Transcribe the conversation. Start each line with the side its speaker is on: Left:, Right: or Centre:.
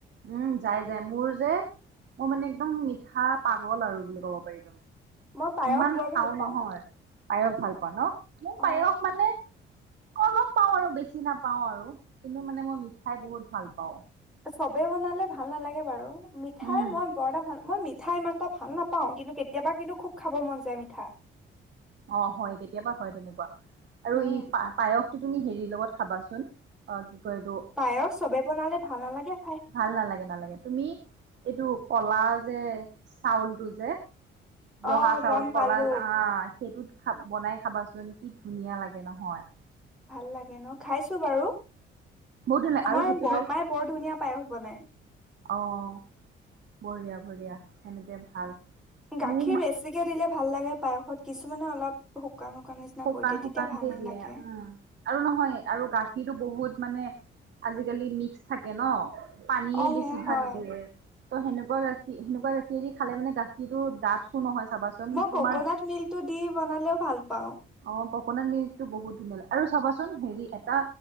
Right: উম যাই যাই মোৰ যে- মই মানে একদম মিঠা-পাগল আৰু বুলি কব পাৰি।
Centre: মই পায়স
Right: ইমান
Centre: বৰ ভাল
Right: খাওঁ
Centre: পাওঁ
Right: নহয়। পায়স ভাল পাওঁ ন, মোৰ
Centre: অ
Right: পায়স মানে- অলপ পাওঁ আৰু বেছি নাপাওঁ আৰু কিন্তু মানে মই মিঠাই বহুত ভাল পাওঁ।
Centre: চবেই বনালে ভাল নালাগে বাৰু, মিঠাই
Right: উম।
Centre: মই বৰ এটা ভাল নাপাওঁ, মই মিঠাই ইমান এটা ভাল না- পাওঁ কিন্তু কেতিয়াবা কিন্তু খুব খাব মন যায় মিঠা।
Right: অ হয় কেতিয়াবা হয় তেনেকুৱা। আৰু
Centre: উম
Right: এই পায়সটো তুমি হেৰিৰ লগত খাবাচোন, অ কয় এইটো
Centre: পায়স চবে বনালে ভাল নালাগে। খাই
Right: ভাল নালাগে নালাগে তুমি এইটো কলা যে চাউলটো যে- জহা
Centre: অ
Right: চাউল
Centre: গম
Right: কলা
Centre: পালো
Right: আহ সেইটোত ভাব বনাই খাবাচোন কি ধুনীয়া লাগে নহয়
Centre: ভাল লাগে ন খাইছো বাৰু,
Right: বহুত ধুনীয়া লাগে
Centre: আমাৰ
Right: আৰু সেইটো
Centre: বৰমাই বৰ ধুনীয়া পায়স বনাই।
Right: আহ বঢ়িয়া-বঢ়িয়া সেনেকেয়ে ভাল।
Centre: গাখীৰ
Right: মোৰ
Centre: বেছিকৈ দিলে ভাল লাগে পায়সত, কিছুমানে অলপ শুকান শুকান নিচিনা
Right: শুকান-শুকান
Centre: কৰি দিয়ে তেতিয়া ভাল
Right: কে
Centre: নালাগে।
Right: দিয়ে। উম আৰু নহয় আৰু গাখীৰটো বহুত- মানে আজিকালি মিক্স থাকে ন, পানীয়ে
Centre: অ
Right: বেছি
Centre: সেয়া হয়
Right: ভাগ দিয়ে ত' সেনেকুৱা সেনেকুৱা গাখীৰেদি খালে মানে গাখীৰৰ ডাঠু নহয় চাবাচোন
Centre: মই
Right: তোমাৰ
Centre: ককনাট মিল্কটো দি বনালেও ভাল পাওঁ।
Right: অ', ককনাট মিল্ক টো বহুত ধুনীয়া আৰু চাবাচোন হেৰি এটা